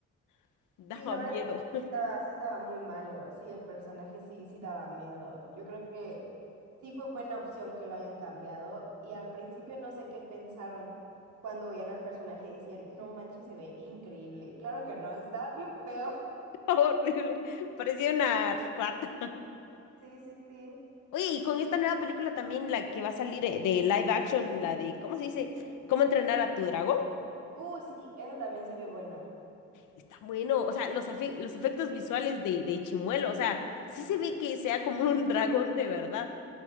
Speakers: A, on the left; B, on the right.
A: <laughs> daba
B: Sí, la verdad
A: miedo,
B: es que sí estaba, sí estaba muy malo, sí, el personaje sí, sí daba miedo. Yo creo que sí fue buena opción que lo hayan cambiado y al principio no sé qué pensaron cuando veían al personaje y decían, no manches, se ve increíble. Claro que no, estaba bien feo.
A: <laughs> horrible, parecía una rata.
B: Sí, sí, sí.
A: Oye, y con esta nueva película también la que va a salir eh, de live action, la de ¿cómo se dice? ¿Cómo entrenar a tu dragón?
B: Uh, sí, esa también se ve buena.
A: Está bueno, o sea, los, afe- los efectos visuales de, de Chimuelo, o sea, sí se ve que sea como un <laughs> dragón de verdad